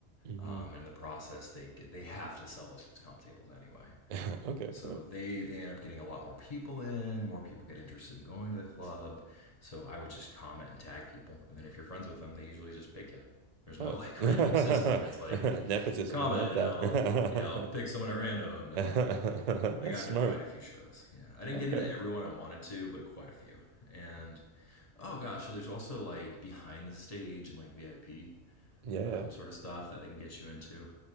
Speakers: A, on the right; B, on the left.
A: hmm
B: Um, and in the process, they get, they have to sell those comp tables anyway.
A: <laughs> Okay,
B: So
A: fair.
B: they they end up getting a lot more people in. More people get interested in going to the club. So I would just comment and tag people, and then if you're friends with them, they usually just pick you. There's
A: Oh,
B: no <laughs> like
A: <laughs>
B: random system. It's like
A: nepotism.
B: comment,
A: I love that.
B: and I'll yeah I'll pick
A: <laughs>
B: someone at random. And I
A: That's
B: got
A: smart.
B: into quite a few shows. Yeah, I didn't
A: Okay.
B: get into everyone I wanted to, but quite a few. And oh gosh, so there's also like behind the stage and like VIP
A: Yeah,
B: um, sort of stuff that they can get you into.